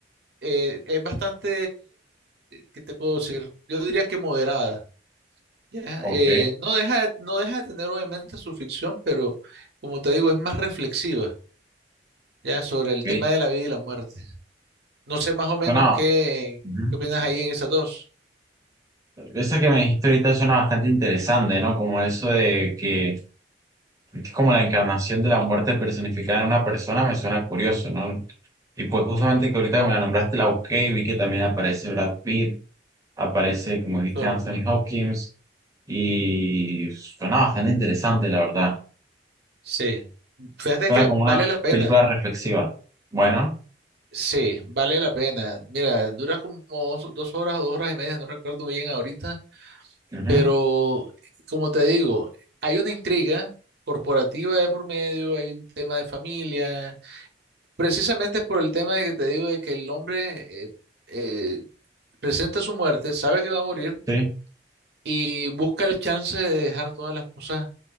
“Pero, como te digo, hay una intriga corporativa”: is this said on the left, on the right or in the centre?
Right